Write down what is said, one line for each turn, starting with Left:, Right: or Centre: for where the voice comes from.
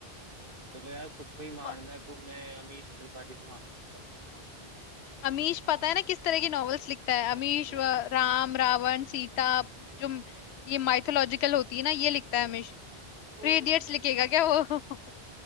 Right: चलो यार तुक्का ही मारना
Left: और
Right: है तो मैं अमीश त्रिपाठी को मानता यार
Left: अमीश पता है ना किस तरह की नॉवेल्स लिखता है अमीश
Right: नहीं
Left: व- राम रावण सीता जो म- ये माइथोलॉजिकल होती है ना ये लिखता है अमीश थ्री
Right: ओ
Left: इडियट्स लिखेगा क्या वो <laughs>